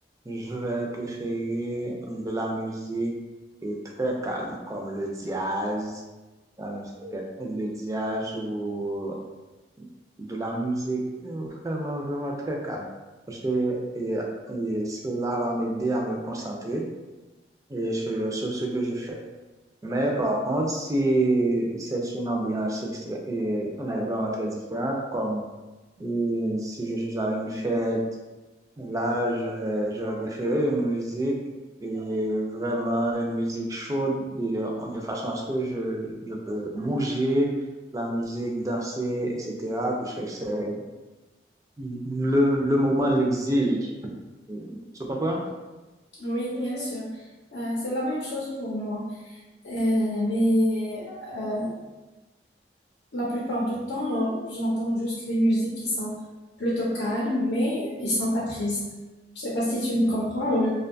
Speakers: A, on the right; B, on the left.
A: je vais préférer de la musique et très calme, comme le jazz, la musique, le jazz ou de la musique, euh, vraiment, vraiment très calme. Parce que et, et cela va m'aider à me concentrer et sur, sur ce que je fais. Mais par contre, si c'est une ambiance extra- et, euh, vraiment très différente, comme euh, si je suis à une fête, là, je vais, je vais préférer une musique et vraiment une musique chaude et, euh, de façon à ce que je, je peux bouger la musique, danser, etc., puisque c'est le, le moment l'exige. Tu comprends?
B: Oui, bien
A: Oui.
B: sûr. Euh, c'est la même chose pour moi. Euh, mais euh, la plupart du temps, j'entends juste les musiques qui sont plutôt calmes, mais ils sont pas tristes. Je sais pas si tu me comprends ou,